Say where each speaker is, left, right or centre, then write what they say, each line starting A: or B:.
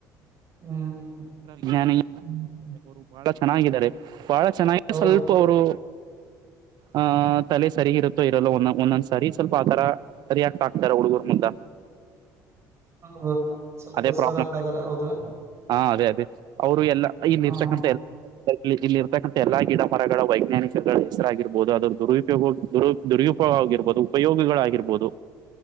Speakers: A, on the right; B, on the right.
A: ಹ್ಮ್
B: ‌ಜ್ಞಾನಿರು ಬಹಳ ಚೆನ್ನಾಗಿದ್ದಾರೆ ಬಹಳ ಚೆನ್ನಾಗಿ
A: ಹೌದು
B: ಸ್ವಲ್ಪ ಅವರು ಆಹ ತಲೆ ಸರಿಗಿರುತ್ತೋ ಇರಲ್ಲ ಒಂದೊ ಒಂದೊಂದ್ ಸರಿ ಸ್ವಲ್ಪ ಆತರ ಸರಿಯಾಕ್ ಆಾಕ್ತಾರ ಹುಡುಗೂರ್ ಮುದ
A: ಹೌದು ಸ್ವಲ್ಪ
B: ಅದೇ ಪ್ರಾಬ್ಲಮ್
A: ಸೋರ್ ಹಂಗಾದಾರ ಹೌದ್ರ
B: ಹಾ ಅದೇ ಅದೇ ಅವ್ರು ಎಲ್ಲಾ ಇನ್
A: ಹ
B: ಇರ್ಸಕಂತ ಎಲ್ಲ ಇಲ್ಲಿ ಇಲ್ಲಿ ಇರತಕ್ಕಂಥ ಎಲ್ಲಾ ಗಿಡ ಮರಗಳ ವೈಜ್ಞಾನಿಕಗಳ ಹೆಸರಾಗಿರ್ಬಹದು ಅದ್ರ ದುರುಪಯೋಗ ದು ದುರ್ಯುಪೋಗ ಆಗಿರ್ಬೋದು ಉಪಯೋಗಿಗಳಾಗಿರ್ಬೋದು